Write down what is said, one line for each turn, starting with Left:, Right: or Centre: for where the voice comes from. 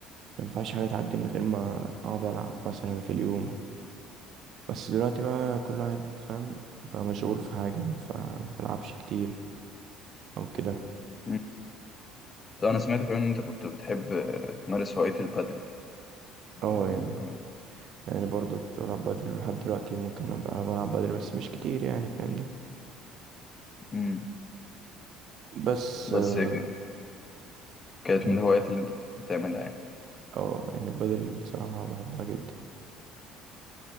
Right: ينفعش حاجه تعدي من غير ما اقعد العب مثلا في اليوم بس دلوقتي بقى كل واحد فاهم بقى مشغول في حاجة فمبلعبش كتير أو كده
Left: مم. طب أنا سمعت كمان إن أنت كنت بتحب آه، تمارس هواية البادل
Right: اه
Left: آه،
Right: يعني يعني برضو كنت بلعب بدل لحد دلوقتي ممكن أبقى بلعب بدل بس مش كتير يعني فاهمني
Left: مم.
Right: بس
Left: بس
Right: اه
Left: ك- كانت
Right: مم.
Left: من الهوايات اللي أنت بتحب تعملها يعني
Right: آه، يعني البدل صراحة بحبها جدا